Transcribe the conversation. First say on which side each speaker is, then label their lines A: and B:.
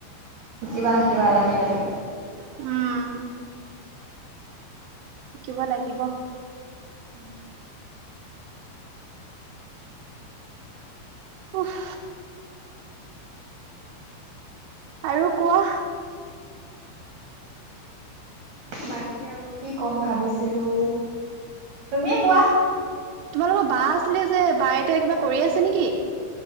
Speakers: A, on the right; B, on the right.
A: শিকিবা শিকিবা লাহে লাহে।
B: উম। শিকিব লাগিব।
A: উম।
B: উফ্ আৰু কোৱা।
A: বাকী আৰু কি ক'ম ভাবিছিলো তুমিয়ে কোৱা
B: তোমালোকৰ বা আছিলে যে বা এতিয়া কিবা কৰি আছে নেকি?